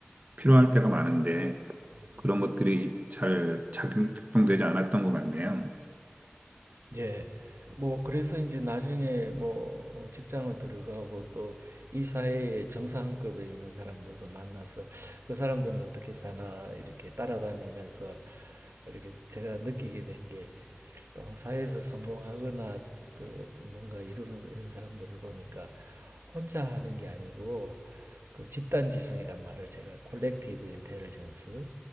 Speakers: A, on the right; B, on the right.
A: 필요할 때가 많은데
B: 예.
A: 그런 것들이 잘 작용- 작동되지 않았던 것 같네요.
B: 예. 뭐 그래서 이제 나중에 뭐 어 직장을 들어가고 또 이 사회의 정상급에 있는 사람들도 만나서 그 사람들은 어떻게 사나 이렇게 따라다니면서 이렇게 제가 느끼게 된게 어, 사회에서 성공하거나 그 어떤 뭔가 이루는 이런 사람들을 보니까 혼자 하는 게 아니고 그 집단지성이란 말을 제가 콜렉티브 인텔리전스